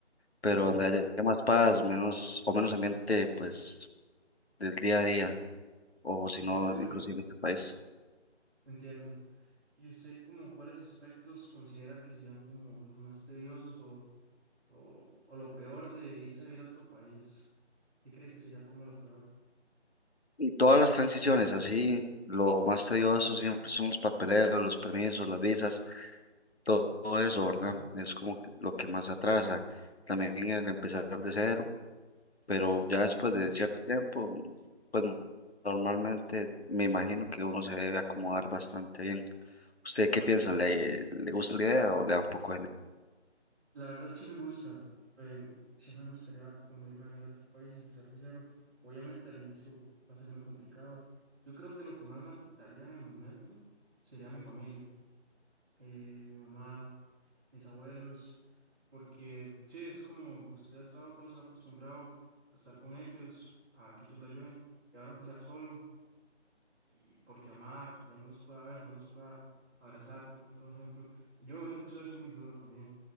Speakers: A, on the left; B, on the right.
A: pero
B: Sí.
A: donde haya más paz, menos o menos ambiente, pues del día a día, o si
B: Y usted,
A: no, inclusive en este país.
B: entiendo. ¿Y usted como cuáles aspectos considera que serían como los más tediosos o, o, o lo peor de irse a vivir a otro país? ¿Qué cree que sería como lo peor?
A: Todas las transiciones, así, lo más tedioso siempre son los papeleos, los permisos, las visas, todo, todo eso, ¿verdad?
B: Claro,
A: Es como que lo que más atrasa. También el empezar de cero, pero ya después
B: sí.
A: de cierto tiempo, pues normalmente me imagino que uno se debe acomodar bastante bien. ¿Usted qué piensa? ¿Le, le gusta la idea o le da un poco de
B: La verdad sí me gusta. em, sí me gustaría como irme a vivir a otro país y empezar de cero. Obviamente al inicio va a ser muy complicado. Yo creo que lo que más me afectaría en el momento sería mi familia eh, mi mamá, mis abuelos, porque sí, es como usted ha estado todo su vida acostumbrado a estar con ellos, a que ellos lo ayuden, y ahora empezar solo y por llamada, que ya no los pueda ver, no los pueda abrazar, por poner un ejemplo. Y yo me imagino que eso debe ser muy duro también.